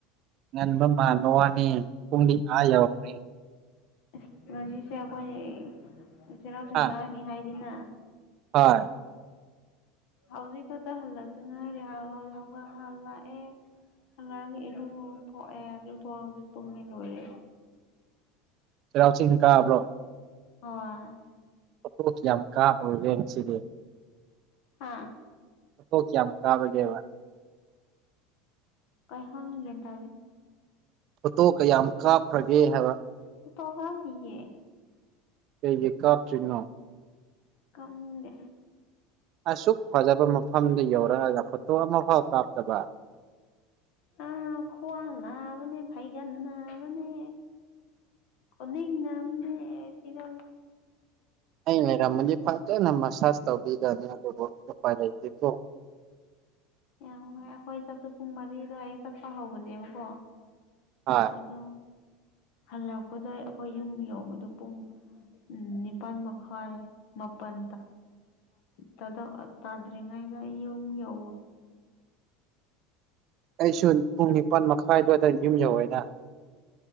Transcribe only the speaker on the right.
ꯉꯟꯕꯥ ꯃꯥꯟꯕꯩ ꯋꯥꯅꯤ ꯄꯨꯡꯗꯤ ꯑꯥ ꯌꯎꯔꯈ꯭ꯔꯦ
ꯑ
ꯍꯣꯏ
ꯁꯤꯔꯥꯎ ꯆ ꯀꯥꯕ꯭ꯔꯣ
ꯄꯣꯣꯛ ꯌꯥꯝ ꯀꯥꯞ ꯑꯣꯏꯔꯦꯁꯤꯗꯤ
ꯇ ꯀ ꯑꯃꯛ ꯀꯥꯔꯒꯦꯕ
ꯐꯣꯇꯣ ꯀꯌꯥꯝ ꯀꯥꯞꯈ꯭ꯔꯒꯦ ꯍꯥꯏꯕ
ꯀꯩ ꯀꯥꯞꯆꯅꯣ
ꯑꯁꯨꯛ ꯐꯖꯕ ꯃꯐꯝꯗ ꯌꯧꯔꯛꯑꯒ ꯐꯣꯇꯣ ꯑꯃꯐꯥꯎ ꯀꯥꯞꯇꯕ
ꯑꯩ ꯂꯩꯔꯝꯃꯅꯤ ꯐꯖꯅ ꯃꯁꯥꯥꯁ ꯇꯧꯕꯤꯒꯅꯤ ꯑꯗꯨꯕꯨ ꯎꯄꯥꯏ ꯂꯩꯇꯦꯀꯣ
ꯍꯣꯏ
ꯑꯩꯁꯨ ꯄꯨꯡ ꯅꯤꯄꯜ ꯃꯈꯥꯏꯗꯋꯥꯗ ꯌꯨꯝ ꯌꯧꯋꯦꯅ